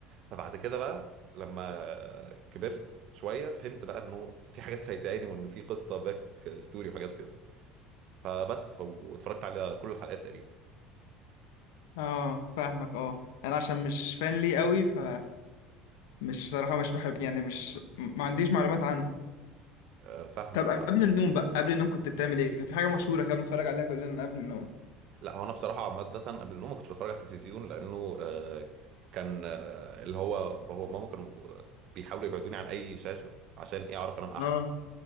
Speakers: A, on the right; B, on the left.
A: فبعد كده بقى لما كبرت شويه فهمت بقى انه في حاجات فايتاني وانه في قصه باك ستوري وحاجات كده فبس ف... واتفرجت على كل الحلقات تقريبا
B: اه فاهمك اه انا عشان مش فان ليه قوي ف مش صراحه مش بحب يعني مش ما عنديش معلومات عنه
A: آه، فاهمك
B: طب
A: اه
B: قبل النوم بقى قبل النوم كنت بتعمل ايه كان في حاجه مشهوره كان بنتفرج عليها كلنا قبل النوم
A: لا هو انا بصراحه عامه قبل النوم ما كنتش بتفرج على التلفزيون لانه آه، كان آه، اللي هو بابا وماما كانوا بيحاولوا يبعدوني عن اي شاشه عشان ايه اعرف انام احسن
B: اه